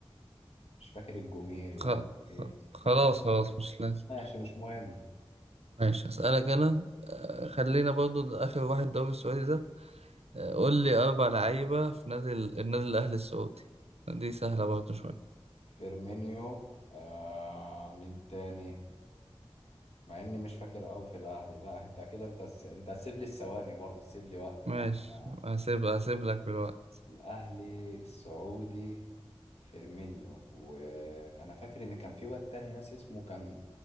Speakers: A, on the left (about 80°); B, on the right (about 80°).
A: مش فاكر الجوميري ولا
B: خ-
A: ايه
B: خ- خلاص
A: والله ما فاكر
B: خلاص مش لازم
A: ماشي مش مهم
B: ماشي هسألك انا آه، خلينا برضو اخر واحد دوري السعودي ده آه، قول لي اربع لعيبة في نادي ال- النادي الاهلي السعودي دي سهلة برضو شوية
A: فيرمينيو آه مين تاني مع اني مش فاكر قوي في الاهلي لا انت كده انت انت هتسيب لي الثواني برضو تسيب لي وقت
B: ماشي
A: لان
B: هسيب هسيب لك بالوقت
A: الاهلي السعودي فيرمينيو وانا فاكر ان كان في واد تاني ناس اسمه كان